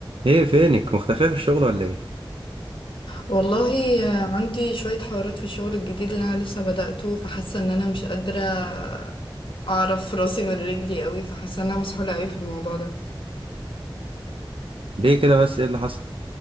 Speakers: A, on the right (about 80°); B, on the left (about 70°).
A: ايه فينك مختفية في الشغل ولا ايه
B: والله عندي شوية حوارات في الشغل الجديد اللي أنا لسه بدأته فحاسة إن أنا مش قادرة أعرف راسي من رجلي قوي فحاسة إن أنا مسحولة قوي في الموضوع ده
A: ليه كده بس ايه اللي حصل